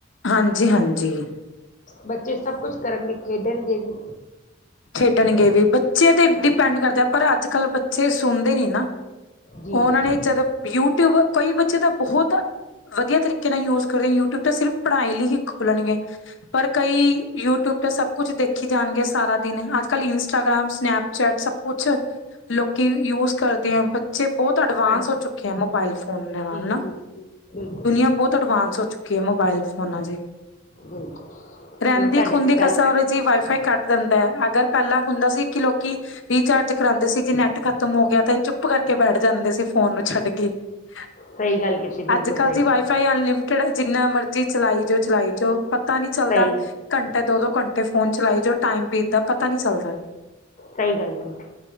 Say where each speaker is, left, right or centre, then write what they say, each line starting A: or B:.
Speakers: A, on the left; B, on the left.
A: ਹਾਂਜੀ ਹਾਂਜੀ।
B: ਬੱਚੇ ਸਭ ਕੁਛ ਕਰਨਗੇ, ਖੇਡਣਗੇ ਵੀ।
A: ਖੇਡਣਗੇ ਵੀ, ਬੱਚਿਆਂ ਤੇ
B: ਹਾਂਜੀ
A: ਡਿਪੈਂਡ ਕਰਦੇ ਆ ਪਰ ਅੱਜ ਕੱਲ੍ਹ ਬੱਚੇ ਸੁਣਦੇ ਨੀ ਨਾ।
B: ਜੀ
A: ਉਹਨਾਂ
B: ਜੀ
A: ਨੇ ਜਦੋ ਯੂਟਿਊਬ, ਕਈ ਬੱਚੇ ਤਾਂ ਬਹੁਤ, ਵਧੀਆ ਤਰੀਕੇ ਨਾਲ ਯੂਜ ਕਰਦੇ ਯੂਟਿਊਬ ਤਾਂ ਸਿਰਫ ਪੜ੍ਹਾਈ ਲਈ ਹੀ। ਖੋਲਣਗੇ। ਪਰ ਕਈ ਯੂਟਿਊਬ ਤੇ ਸਭ ਕੁਛ ਦੇਖੀ ਜਾਣਗੇ ਸਾਰਾ ਦਿਨ। ਨੇ ਅੱਜ ਕੱਲ੍ਹ ਇੰਸਟਾਗ੍ਰਾਮ, ਸਨੈਪਚੈਟ ਸਭ ਕੁਛ ਲੋਕੀ ਯੂਜ ਕਰਦੇ ਆ। ਬੱਚੇ ਬਹੁਤ ਅਡਵਾਂਸ
B: ਹਾਂਜੀ
A: ਹੋ ਚੁੱਕੇ ਆ ਮੋਬਾਇਲ ਫੋਨ ਦੇ ਨਾਲ
B: ਜੀ
A: ਨਾ,
B: ਜੀ ਜੀ ਬਿਲਕੁਲ
A: ਦੁਨੀਆਂ ਬਹੁਤ ਅਡਵਾਂਸ ਹੋ ਚੁੱਕੀ। ਮੋਬਾਈਲ ਫੋਨਾਂ ਚੋ।
B: ਬਿਲਕੁਲ
A: ਰਹਿਨਦੀ
B: ਚਲੋ ਤੁਹਾਡੇ
A: ਖੁਦੀ
B: ਨਾਲ
A: ਕਸਰ
B: ਗੱਲ ਕਰ
A: ਜ ਵਾਈਫਾਈ ਕੱਢ ਦਿੰਦਾ ਹੈ। ਅਗਰ ਪਹਿਲਾਂ ਹੁੰਦਾ ਸੀ ਕਿ ਲੋਕੀ ਰੀਚਾਰਜ ਕਰਾਉਂਦੇ ਸੀ ਜੀ ਨੈਟ ਖਤਮ ਹੋ ਗਿਆ ਤਾਂ ਇਹ ਚੁੱਪ ਕਰਕੇ ਬੈਠ ਜਾਂਦੇ ਸੀ ਫੋਨ ਨੂੰ ਛੱਡ ਕੇ। ਹ।
B: ਸਹੀ
A: <inaudible>
B: ਗੱਲ ਕੀਤੀ ਬਿਲਕੁਲ
A: ਅੱਜ ਕਲ
B: ਸਹੀ
A: ਦੀ
B: ਗੱਲ
A: ਵਾਈਫਾਈ ਅਨਲਿਮਟਿਡ ਹੈ ਜਿੰਨਾ ਮਰਜੀ ਚਲਾਈ ਜੋ ਚਲਾਈ ਜਾਓ। ਪਤਾ ਨੀ ਚੱਲਦਾ
B: ਸਹੀ
A: ਘੰਟੇ ਦੋ -ਦੋ ਘੰਟੇ ਫੋਨ ਚਲਾਈ ਜੋ ਟਾਈਮ ਬੀਤਦਾ ਪਤਾ ਨੀ ਚੱਲਦਾ।
B: ਸਹੀ ਗੱਲ। ਤੁ